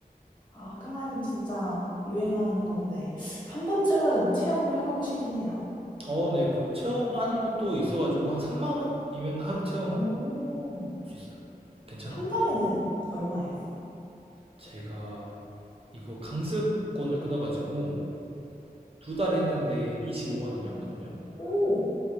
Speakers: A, on the left; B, on the right.
A: 아, 클라이밍 진짜 유행하는 건데, 한 번쯤은 체험으로 해보고 싶긴 해요.
B: 어, 네, 그거 체험하는 것도 있어가지고 한 3만 원이면 하루 체험
A: 오,
B: 할 수 있어요. 괜찮아요.
A: 한 달에는 얼마예요?
B: 제가 이거 강습권을 끊어가지고 두 달 했는데 25만 원이었거든요.
A: 응. 오,